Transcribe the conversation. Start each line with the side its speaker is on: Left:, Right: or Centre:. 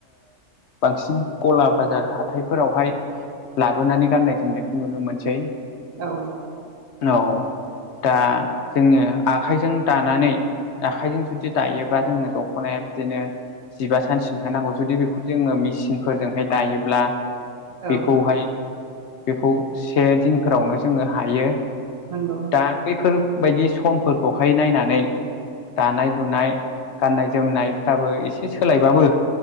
Left: बांसिन गला बाजार हाथायफोरावहाय लाबोनानै गाननाय जोमनायखौ नुनो मोनसै।
Right: औ।
Left: औ दा जोङो आखाइजों दानानै आखाइजों जुदि दायोबा जोङो दख'नाया बिदिनो जिबा सानसिमहाय नांगौ। जुदि बेखौ जोङो मेचिनफोरजोंहाय दायोब्ला
Right: औ
Left: बेखौहाय बेखौ से दिनफोरावनो जोङो हायो।
Right: नंगौ
Left: दा बैफोरबायायदि समफोरखौहाय नायनानै दानाय लुनाय गाननाय जोमनायफ्राबो एसे सोलायबाबो